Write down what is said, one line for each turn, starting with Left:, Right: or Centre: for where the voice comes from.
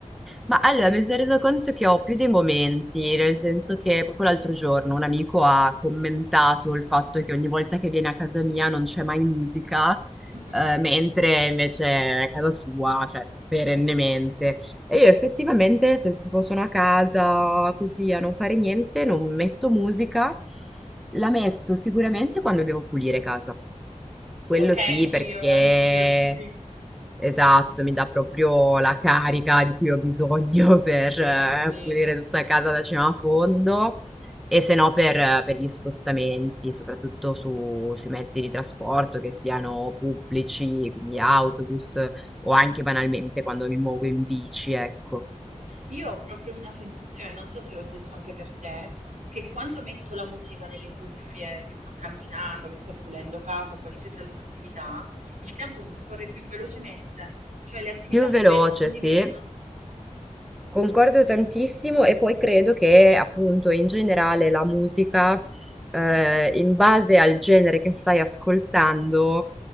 Centre: Ma allora mi sono resa conto che ho più dei momenti, nel senso che proprio l'altro giorno un amico ha commentato il fatto che ogni volta che viene a casa mia non c'è mai musica,
Right: Mhm.
Centre: eh, mentre invece è a casa sua, cioè perennemente. E io effettivamente se tipo sono a casa così a non fare niente, non metto musica la metto sicuramente quando devo pulire casa. Quello
Right: Okay,
Centre: sì,
Right: anch'io,
Centre: perché
Right: anch'io, sì, sì.
Centre: esatto, mi dà proprio la carica di cui ho bisogno <laughs> per
Right: Sì,
Centre: eh,
Right: sì.
Centre: pulire tutta casa da cima a fondo e se no per, eh, per gli spostamenti, soprattutto su- sui mezzi di trasporto, che siano pubblici, quindi autobus o anche banalmente quando mi muovo in bici, ecco.
Right: Io ho proprio una sensazione, non so se è lo stesso anche per te, che quando metto la musica nelle cuffie, che sto camminando, che sto pulendo casa o qualsiasi altra attività, il tempo mi scorre più velocemente, cioè le attività
Centre: Più
Right: mi
Centre: veloce,
Right: pesano di
Centre: sì.
Right: meno.
Centre: Concordo tantissimo e poi credo che appunto in generale la musica, eh, in base al genere che stai ascoltando,